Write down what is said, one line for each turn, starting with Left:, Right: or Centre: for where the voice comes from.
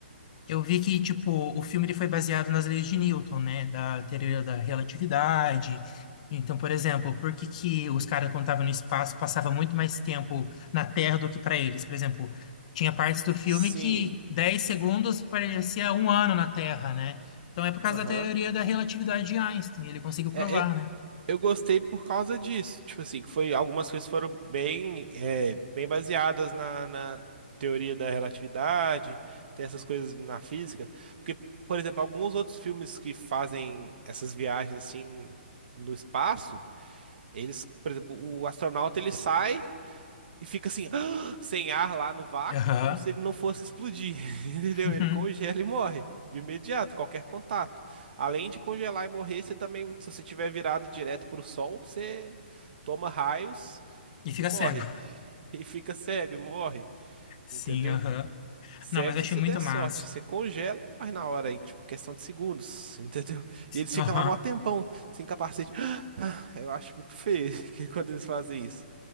Left: Eu vi que, tipo, o filme ele foi baseado nas leis de Newton, né? Da teoria da relatividade. Então, por exemplo, por que que os caras, quando estavam no espaço, passavam muito mais tempo na Terra do que para eles? Por exemplo, tinha partes do filme
Right: Sim.
Left: que 10 segundos parecia um ano na Terra, né? Então, é por causa
Right: Aham.
Left: da teoria da relatividade de Einstein. Ele conseguiu
Right: É,
Left: provar,
Right: é,
Left: né?
Right: Eu gostei por causa disso. Tipo assim, que foi algumas coisas foram bem, é, bem baseadas na, na teoria da relatividade, tem essas coisas na física. Porque, por exemplo, alguns outros filmes que fazem essas viagens assim no espaço, eles, por exemplo, o astronauta ele sai. E fica assim, <gasps> sem ar lá no vácuo,
Left: Aham.
Right: como se ele não fosse explodir. <laughs> Entendeu?
Left: <laughs>
Right: Ele congela e morre de imediato, qualquer contato. Além de congelar e morrer, você também, se você tiver virado direto pro sol, você toma raios
Left: E fica
Right: e morre.
Left: cego.
Right: <laughs> E fica cego e morre,
Left: Sim,
Right: entendeu?
Left: aham.
Right: Cego
Left: Não, mas eu
Right: se
Left: achei
Right: você
Left: muito
Right: der sorte.
Left: massa.
Right: Você congela e morre na hora aí, tipo, questão de segundos, <laughs> entendeu? E eles
Left: Aham.
Right: ficam lá mó tempão, sem capacete. <gasps> Ah, Eu acho muito feio <laughs> que quando eles fazem isso.